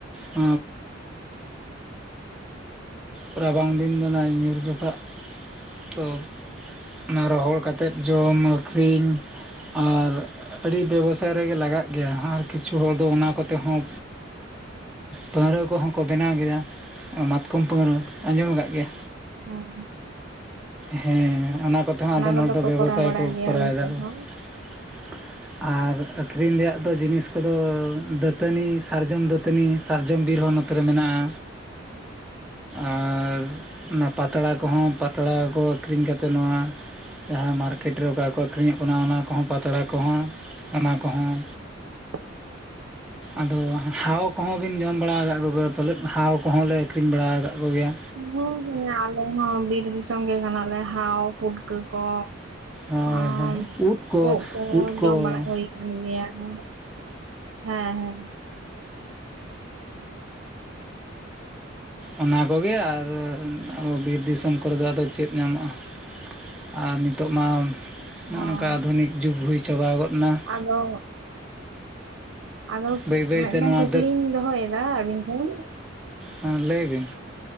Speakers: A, in the centre; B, on the right (about 70°).
A: <inaudible> ᱨᱟᱵᱟᱝ ᱫᱤᱱ ᱫᱚ ᱱᱟ ᱧᱩᱨ ᱡᱚᱠᱷᱟ ᱛᱚ᱾ ᱚᱱᱟ ᱨᱚᱦᱚᱲ ᱠᱟᱛᱮᱫ ᱡᱚᱢ ᱟᱹᱠᱷᱨᱤᱧ ᱟᱨ ᱟᱹᱰᱤ ᱵᱮᱵᱚᱥᱟᱭ ᱨᱮᱜᱮ ᱞᱟᱜᱟᱜ ᱜᱮᱭᱟ, ᱟᱨ ᱠᱤᱪᱷᱩ ᱦᱚᱲ ᱫᱚ ᱚᱱᱟ ᱠᱚᱛᱮ ᱦᱚᱸ ᱯᱟᱹᱣᱨᱟᱹ ᱠᱚᱦᱚᱸ ᱠᱚ ᱵᱮᱱᱟᱣ ᱠᱮᱫᱟ᱾ ᱢᱟᱛᱠᱚᱢ ᱯᱟᱹᱣᱨᱟᱹ ᱟᱸᱡᱚᱢ ᱟᱠᱟᱫ ᱜᱮᱭᱟ᱾
B: ᱦᱮᱸ ᱾
A: ᱦᱮᱸ ᱚᱱᱟ ᱠᱚᱛᱮ ᱦᱚᱸ ᱟᱫᱚ
B: ᱠᱚᱫᱚ
A: ᱱᱚᱰᱮ
B: ᱠᱚ
A: ᱵᱮᱵᱚᱥᱟᱭ
B: ᱠᱚᱨᱟᱣ ᱵᱟᱲᱟᱭ
A: ᱠᱚ
B: ᱜᱮᱭᱟ
A: ᱠᱚᱨᱟᱣ
B: ᱟᱞᱮ ᱥᱮᱫ
A: ᱫᱟᱠᱚ
B: ᱦᱚᱸ
A: ᱾ ᱟᱨ ᱟᱹᱠᱷᱨᱤᱧ ᱨᱮᱭᱟᱜ ᱫᱚ ᱡᱤᱱᱤᱥ ᱠᱚᱫᱚ ᱫᱟᱹ ᱛᱟᱹᱱᱤ ᱥᱟᱨᱡᱚᱢ ᱫᱟᱹᱛᱟᱹᱱᱤ ᱥᱟᱨᱡᱚᱢ ᱵᱤᱨ ᱦᱚᱸ ᱱᱚᱛᱮ ᱨᱮ ᱢᱮᱱᱟᱜᱼᱟ᱾ ᱟᱨ ᱚᱱᱟ ᱯᱟᱛᱲᱟ ᱠᱚᱦᱚᱸ ᱯᱟᱛᱲᱟ ᱠᱚ ᱟᱹᱠᱷᱨᱤᱧ ᱠᱟᱛᱮᱫ ᱱᱚᱣᱟ ᱡᱟᱦᱟᱸ ᱢᱟᱨᱠᱮᱴ ᱨᱮ ᱚᱠᱟ ᱠᱚ ᱟᱹᱠᱷᱨᱤᱧᱚᱜ ᱠᱟᱱᱟ, ᱚᱱᱟ ᱠᱚᱦᱚᱸ ᱯᱟᱛᱲᱟ ᱠᱚᱦᱚᱸ ᱚᱱᱟ ᱠᱚᱦᱚᱸ
B: <inaudible>
A: ᱟᱫᱚ ᱦᱟᱣ ᱠᱚᱦᱚᱸ ᱵᱤᱱ ᱡᱚᱢ ᱵᱟᱲᱟ ᱟᱠᱟᱫ ᱠᱚᱜᱮᱭᱟ, ᱯᱟᱞᱮᱫ ᱦᱟᱣ ᱠᱚᱦᱚᱸᱞᱮ ᱟᱹᱠᱷᱨᱤᱧ ᱵᱟᱲᱟ ᱟᱠᱟᱫ ᱠᱚᱜᱮᱭᱟ᱾
B: ᱦᱮᱸ, ᱦᱮᱸ ᱟᱞᱮ ᱦᱚᱸ ᱵᱤᱨ ᱫᱤᱥᱚᱢ ᱜᱮ ᱠᱟᱱᱟ ᱞᱮ, ᱦᱟᱣ ᱯᱩᱴᱠᱟᱹ ᱠᱚ
A: ᱦᱳᱭ
B: ᱟᱨ
A: ᱦᱳᱭ ᱩᱫ
B: ᱩᱫᱽ ᱠᱚ
A: ᱩᱫ ᱠᱚ
B: ᱡᱚᱢ ᱵᱟᱲᱟ ᱦᱩᱭ ᱟᱠᱟᱱ ᱜᱮᱭᱟ᱾ ᱦᱮᱸ, ᱦᱮᱸ ᱾
A: ᱚᱱᱟ ᱠᱚᱜᱮ ᱟᱨ ᱟᱵᱚ ᱵᱤᱨ ᱫᱤᱥᱚᱢ ᱠᱚᱨᱮ ᱫᱚ ᱟᱫᱚ ᱪᱮᱫ ᱧᱟᱢᱚᱜᱼᱟ ᱾ ᱟᱨ ᱱᱤᱛᱚᱜ ᱢᱟ
B: ᱦᱚᱸ
A: ᱱᱚᱜᱼ ᱱᱚᱝᱠᱟ ᱟᱫᱷᱩᱱᱤᱠ ᱡᱩᱜᱽ ᱦᱩᱭ ᱪᱟᱵᱟ ᱜᱚᱫ ᱱᱟ ᱾
B: ᱟᱫᱚ ᱟᱫᱚ
A: ᱵᱟᱹᱭ ᱵᱟᱹᱭᱛᱮ
B: ᱢᱤᱫᱴᱮᱱ
A: ᱱᱚᱣᱟ
B: ᱠᱩᱠᱞᱤᱧ ᱫᱚᱦᱚᱭᱮᱫᱟ ᱟᱹᱵᱤᱱ ᱴᱷᱮᱱ
A: ᱦᱮᱸ ᱞᱟᱹᱭ ᱵᱤᱱ